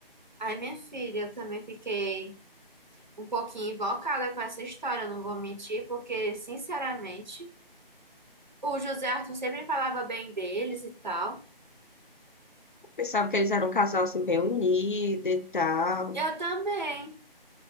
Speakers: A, on the right; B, on the left.
A: Ai, minha filha, eu também fiquei um pouquinho invocada com essa história, não vou mentir, porque, sinceramente, o José Arthur sempre falava bem deles e tal.
B: Pensava que eles eram um casal assim bem unido e tal.
A: Eu também.